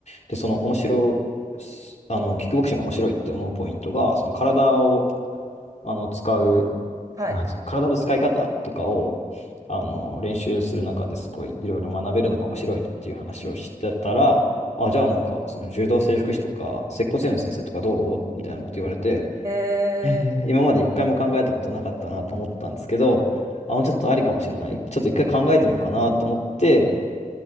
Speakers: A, on the left; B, on the right.
A: で、その面白い、あの、キックボクシングが面白いって思うポイントが、その体を、あの、使う、
B: はい。
A: なんていうの体の使い方とかを、あの、練習する中ですごいいろいろ学べるのが面白いっていう話をしてたら、あ、じゃあなんか、その柔道整復師とか、接骨院の先生とかどうみたいなこと言われて、
B: えー、
A: へー今まで一回も考えたことなかったなと思ったんですけど、あ、もうちょっとありかもしれない。ちょっと一回考えてみようかなと思って、